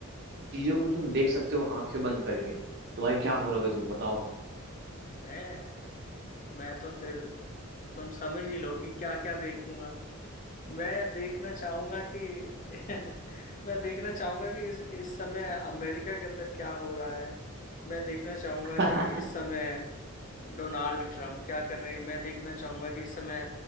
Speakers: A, on the right; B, on the left.
A: चीजों को तुम देख सकते हो आंखें बंद करके तो भाई क्या करोगे तुम बताओ
B: मैं मैं तो फिर तुम समझ ही लो कि क्या क्या देखूंगा मैं देखना चाहूंगा कि <laughs> मैं देखना चाहूंगा कि इस इस समय अमेरिका के अंदर क्या हो रहा है मैं देखना चाहूंगा
A: <laughs>
B: कि इस समय डोनाल्ड ट्रंप क्या कर रहे हैं मैं देखना चाहूंगा कि इस समय